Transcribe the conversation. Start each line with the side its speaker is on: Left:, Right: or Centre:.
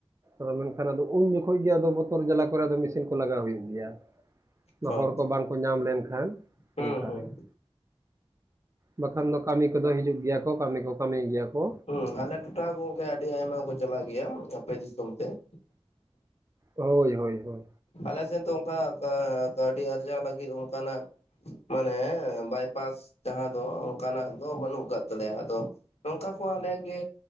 Right: ᱟᱫᱚ ᱢᱮᱱᱠᱷᱟᱱ ᱟᱫᱚ ᱩᱱ ᱡᱚᱠᱷᱚᱡ ᱜᱮ ᱵᱚᱛᱚᱨ ᱡᱟᱞᱟ ᱠᱚ ᱨᱮᱜᱮ ᱢᱮᱥᱤᱱ ᱠᱚ ᱞᱟᱜᱟᱣ ᱦᱩᱭᱩᱜ ᱜᱮᱭᱟ ᱾
Left: ᱦᱳᱭ
Right: ᱦᱚᱲ ᱠᱚ ᱵᱟᱝᱠᱚ ᱧᱟᱢ ᱞᱮᱱᱠᱷᱟᱱ
Left: ᱦᱩᱸ
Right: ᱚᱱᱠᱟ
Left: ᱦᱩᱸ
Right: ᱨᱮ ᱾ ᱵᱟᱠᱷᱟᱱ ᱫᱚ ᱠᱟᱹᱢᱤ ᱠᱚᱫᱚ ᱦᱤᱡᱩᱜ ᱜᱮᱭᱟ ᱠᱚ ᱠᱟᱹᱢᱤ ᱠᱚ ᱠᱟᱹᱢᱤ ᱜᱮᱭᱟ ᱠᱚ ᱾
Left: ᱦᱩᱸ ᱟᱞᱮ ᱴᱚᱴᱷᱟ ᱜᱚᱝᱠᱮ ᱟᱹᱰᱤ ᱟᱭᱢᱟ ᱠᱚ ᱪᱟᱞᱟᱜ ᱜᱮᱭᱟ ᱟᱯᱮ ᱫᱤᱥᱚᱢ ᱛᱮ ᱾
Right: ᱦᱳᱭ ᱦᱳᱭ ᱦᱳᱭ
Left: ᱟᱞᱮ ᱥᱮᱱ ᱫᱚ ᱚᱱᱠᱟ ᱠᱟᱹᱣᱰᱤ ᱟᱨᱡᱟᱣ ᱞᱟᱹᱜᱤᱫ ᱚᱱᱠᱟᱱᱟᱜᱼᱼ ᱢᱟᱱᱮ ᱵᱟᱭᱯᱟᱥ ᱡᱟᱦᱟᱸ ᱫᱚ ᱚᱱᱠᱟᱱᱟᱜ ᱫᱚ ᱵᱟᱹᱱᱩᱜ ᱟᱠᱟᱫ ᱛᱟᱞᱮᱭᱟ ᱟᱫᱚᱼᱼ ᱱᱚᱝᱠᱟ ᱠᱚ ᱟᱞᱮᱜᱮ